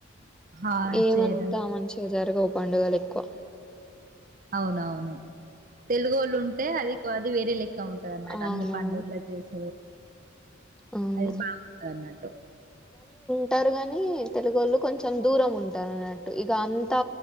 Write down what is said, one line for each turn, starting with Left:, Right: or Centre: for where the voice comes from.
Right: ఆ
Centre: ఏమంతా
Right: చేయరన్నట్టు
Centre: మంచిగా జరగవు పండుగలు ఎక్కువ
Right: అవునవును తెలుగు వాళ్ళు ఉంటే అది అది వేరే లె <unintelligible> ఉంటంది అన్నట్
Centre: అవునవును
Right: అన్ని పండుగల చేస
Centre: అవును
Right: అది <unintelligible>
Centre: అంటారు గాని తెలుగు వాళ్ళు కొంచెం దూరం ఉంటారు అన్నట్టు అంతా